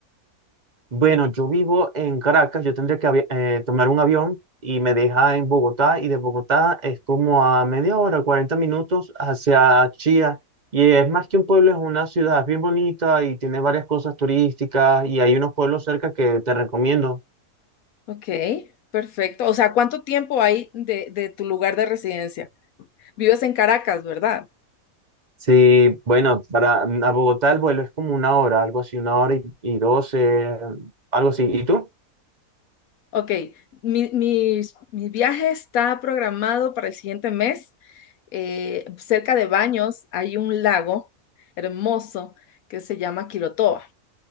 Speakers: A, on the right; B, on the left.
A: Bueno, yo vivo en Caracas, yo tendría que avi- eh, tomar un avión y me deja en Bogotá y de Bogotá es como a media hora, 40 minutos hacia Chía y es más que un pueblo, es una ciudad es bien bonita y tiene varias cosas turísticas y hay unos pueblos cerca que te recomiendo.
B: Ok, perfecto. O sea, ¿cuánto tiempo hay de, de tu lugar de residencia? Vives en Caracas, ¿verdad?
A: Sí, bueno, para mm, a Bogotá el vuelo es como una hora, algo así, una hora y doce, algo así. ¿Y tú?
B: Ok, mi, mis- mi viaje está programado para el siguiente mes. Eh, cerca de Baños hay un lago hermoso que se llama Quilotoa.